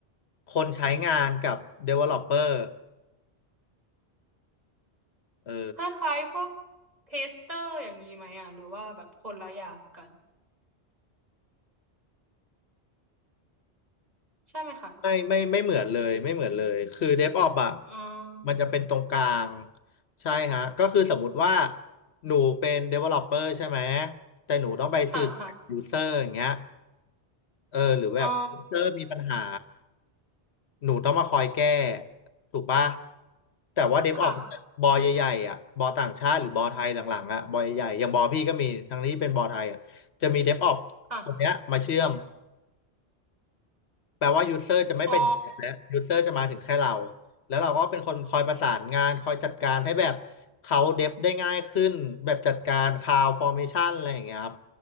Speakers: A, on the left; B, on the right.
A: คนใช้งานกับ developer เออ
B: คล้ายๆพวกเทสเตอร์อย่างนี้ไหมอ่ะหรือว่าแบบคนละอย่างกันใช่ไหมคะ
A: ไม่ไม่ไม่เหมือนเลยไม่เหมือนเลยคือ DevOps อ่ะ
B: อ่า
A: มันจะเป็นตรงกลางใช่ฮะก็คือสมมุติว่าหนูเป็น developer ใช่ไหมแต่หนูต้องไปสื่อสารกับ
B: ค่ะค่ะ
A: user อย่างเงี้ยเออหรือแบบ
B: อ๋อ
A: user มีปัญหาหนูต้องมาคอยแก้ถูกปะแต่ว่า DevOps
B: ค่ะ
A: บอใหญ่ๆอ่ะบอต่างชาติหรือบอไทยหลังๆอ่ะบอใหญ่ๆอย่างบอพี่ก็มีทั้งนี้เป็นบอไทยอ่ะจะมี DevOps
B: ค่ะ
A: คนเนี้ยมาเชื่อม แปลว่ายูเซอร์จะไม่ไปถึงแอปแล้วยูเซอร์จะมาถึงแค่เรา
B: อ๋อ
A: แล้วเราก็เป็นคนคอยประสานงานคอยจัดการให้แบบเขาเดฟได้ง่ายขึ้นแบบจัดการคลาวฟอร์เมชันอะไรอย่างเงี้ยครับ